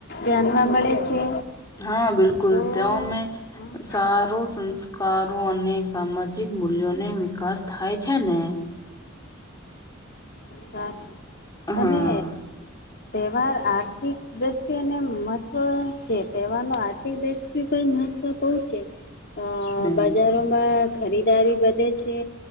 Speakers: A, on the left (about 50°); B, on the left (about 20°).
A: જાનવા મળે છે.
B: હા બિલકુલ
A: તો
B: ત્યો
A: હા
B: મેં સારો સંસ્ કારો અને સામાજિક મૂલ્યોને વિકાસ થાય છે, ને
A: સાફ
B: હા
A: અને તહેવાર આર્થિક દ્રષ્ટિને મહત્વ છે, તહે વારનો આર્થિક દ્રષ્ટિ પર મહત્વ બોવ છે, અ
B: હમ
A: બજાર માં ખરીદારી વધે છે,